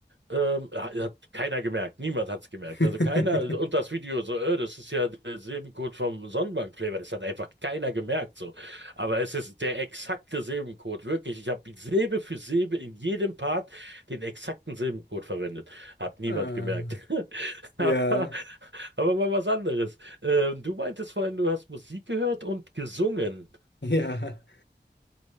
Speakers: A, on the right (about 75°); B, on the left (about 70°).
A: Ähm, ha- hat keiner gemerkt, niemand hat es gemerkt.
B: <laughs>
A: Also keiner, und das Video so, äh, das ist ja der Silbencode vom Sonnenbank-Flavor, das hat einfach keiner gemerkt so. Aber es ist der exakte Silbencode, wirklich. Ich habe Silbe für Silbe in jedem Part den exakten Silbencode verwendet. Hat niemand
B: Ah,
A: gemerkt. <laughs>
B: ja,
A: Aber, aber mal was anderes. Ähm, du meintest vorhin, du hast Musik gehört und gesungen.
B: ja.